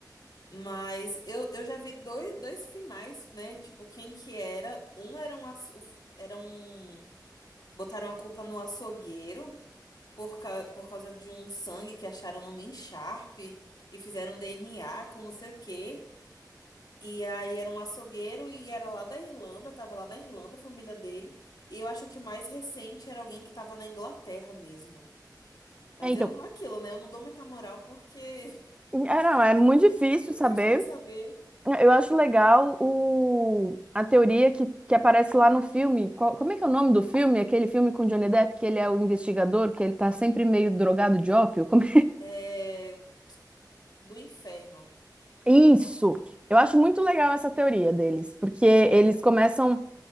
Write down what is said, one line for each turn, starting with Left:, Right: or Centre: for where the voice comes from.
Left: Mas eu, eu já vi dois, dois finais, né? Tipo, quem que era? Um era um, aço- era um. Botaram a culpa no açougueiro por, ca- por causa de um sangue que acharam numa encharpe e fizeram DNA com não sei o quê. E aí era um açougueiro e era lá da Irlanda, tava lá na Irlanda, a família dele. E eu acho que o mais recente era alguém que tava na Inglaterra mesmo. Mas
Right: É, então,
Left: eu, aquilo, né? Eu não dou muita moral porque
Right: É, não, é muito
Left: <laughs>
Right: difícil
Left: não
Right: saber.
Left: tem como saber.
Right: Eu acho legal o, a teoria que, que aparece lá no filme. Qual- como é que é o nome do filme? Aquele filme com Johnny Depp, que ele é o investigador, que ele tá sempre meio drogado de ópio? Como-
Left: É do inferno.
Right: é? Isso! Eu acho muito legal essa teoria deles, porque eles começam